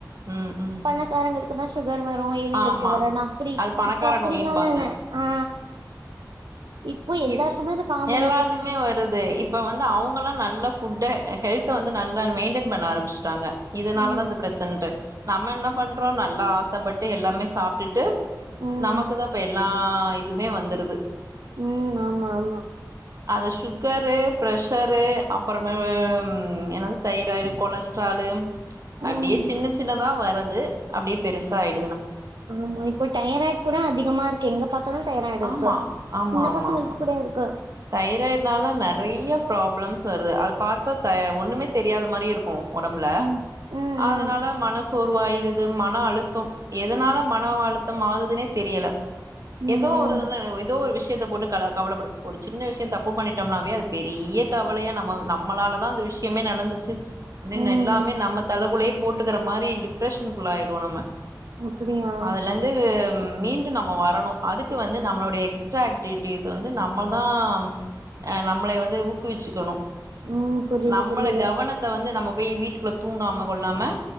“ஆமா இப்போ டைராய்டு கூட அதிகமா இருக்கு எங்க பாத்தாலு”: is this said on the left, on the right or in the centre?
Right